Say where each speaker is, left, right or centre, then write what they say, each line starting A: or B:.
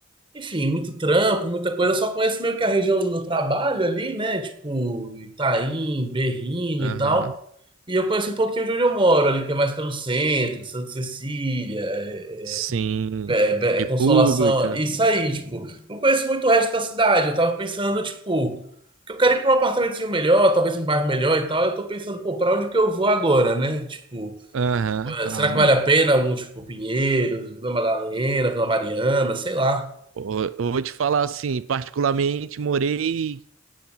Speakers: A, on the right; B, on the right.
A: enfim, muito trampo, muita coisa, eu só conheço meio que a região do meu trabalho ali, né? Tipo, Itaim, Berrini
B: Aham.
A: e tal. E eu conheço um pouquinho de onde eu moro ali, que é mais pelo centro, Santa Cecília, é,
B: Sim,
A: é, Be-
B: República.
A: Consolação, isso aí, tipo, não conheço muito o resto da cidade. Eu tava pensando, tipo, que eu quero ir pra um apartamentozinho melhor, talvez um bairro melhor e tal. Eu tô pensando, pô, pra onde que eu vou agora, né? Tipo,
B: Aham, claro.
A: eh, será que vale a pena algum, tipo, Pinheiros, Vila Madalena, Vila Mariana, sei lá.
B: Pô, Eu vou te falar assim, particularmente morei